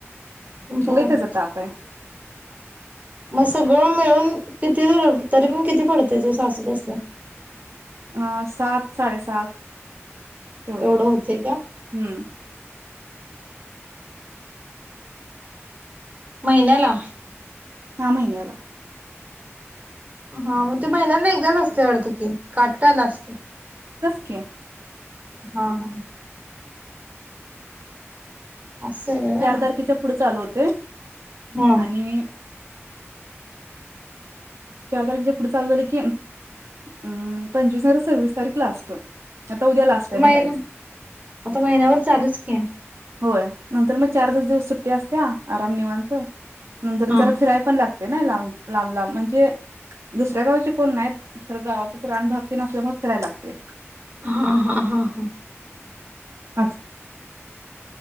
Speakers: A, on the right; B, on the right.
A: बर
B: तिचा ताप आहे.
A: मग सगळं मिळून किती तरी पण किती पडते तुझ सासू बसने.
B: अं सात साडेसात. तेवढं
A: एवढं होते का.
B: हम्म
A: महिन्याला
B: हा महिन्याला
A: हा मग ते महिन्याना एकदाच असते अडत की काटटायला असते.
B: ओके
A: हा हा असं आहे
B: चार
A: होय
B: तारखेच्या पुढे चालू होते
A: हा
B: आणि चार तारखेच्या पुढे चाल झालं की हम् पंचवीस, सव्वीस तारीख लास्ट आता उद्या लास्ट आहे
A: महिना
B: भरायचं
A: आता महिनाभर चालूच की
B: होय. नंतर मग चार दच दिवस सुट्टी असत्या आराम निवांत नंतर
A: हा
B: जरा फिराय पण लागते. नाहीं लांब लांब म्हणजे े दुसऱ्या गावचे कोण नाही खरं गावात प्राणभगती नसल्यामुळेच करायला लागते
A: हा हा हा हा
B: अस